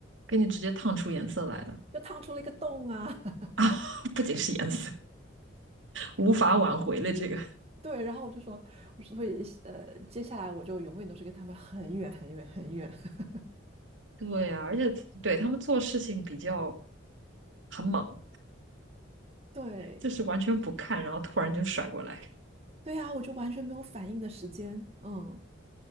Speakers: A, on the right (about 70°); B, on the right (about 30°).
A: 给你直接烫出颜色来了
B: <laughs> 就烫出了一个洞啊。
A: 啊！<laughs> 不仅是颜色，无法挽回了这个。
B: 对，然后我就说，所以呃，接下来我就永远都是跟他们很远很远很远。<laughs>
A: 对呀、而且对他们做事情比较很猛，
B: 对，
A: 就是完全不看，然后突然就甩过来。
B: 对啊，我就完全没有反应的时间，嗯，